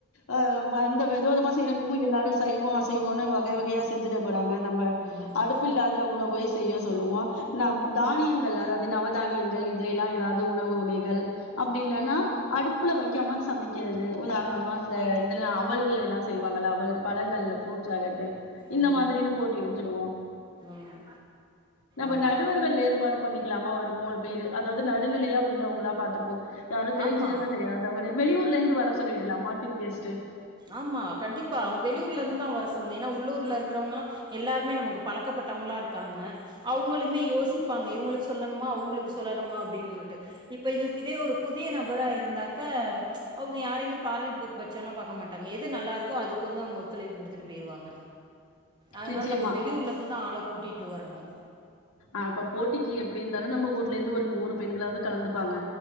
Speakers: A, on the left; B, on the right.
A: அ அம்ப அந்த வெத வெதமா செய்றங்கும்போ எல்லாரு சைவோ அசைவோனு வக வகயா செஞ்சிட போறாங்க நம்ப
B: ம்
A: அடுப்பு இல்லாத உணவை செய்ய சொல்லுவோ நம் தானியங்கள் அதா நவதானியங்கள் இதுல எல்லா ஏதாவ்து உணவு வகைகள் அப்டி இல்லன்னா அடுப்புல வைக்காம சமக்கிறது உதாரணமா இந்த இதுல அவல்ல எல்லா செய்வாங்கல அவல் பழங்கள்ல ஃப்ரூட் சேலட்டு் இந்த
B: ம்
A: மாதிரினு போட்டி வெச்சிடுவோ
B: ம்
A: நம்ப
B: ஆமா
A: நடுவர்கள் ஏற்பாடு பண்ணிக்கலாமா ஒரு மூணு பேரு அதாவது நடுநிலையா உள்ளவங்களா பாத்துப்போ யாரும் தெரிஞ்சவங்க
B: ஆமா
A: தெரியாதவங்கனு வெளியூர்ல இருந்து வர சொல்லிடலாமா டீப் கெஸ்டு
B: ஆமா கண்டிப்பா அவங்க வெளியூர்ல இருந்து தா வர சொல்ணு ஏனா உள்ளூர்ல இருக்றவங்கனா எல்லாருமே நமக்கு பழக்கப்பட்டவங்களா இருக்காங்க அவுங்களுமே யோசிப்பாங்க இவுங்களுக்கு சொல்லணுமா அவங்களுக்கு சொல்லணுமா அப்டின் சொல்ட்டு இப்போ இது இதே ஒரு புதிய நபரா இருந்தாக்கா அவங்க யாரையுமே பாரைபு பட்சம்லா பாக்க மாட் அங்க எது நல்லாருக்கோ அதுக்கு வந்து அவங்க ஒத்துழைப்பு குடுத்துட்டு பேயிருவாங்க அதனால்
A: நிச்சயமா.
B: நம்ம வெளியூர்ல இருந்து தா ஆள கூட்டிட்டு வரணு
A: அப்ப போட்டிக்கு எப்டி இருந்தாலு நம்ப ஊர்ல இருந்து ஒரு நூறு பெண்களாவது கலந்துப்பாங்க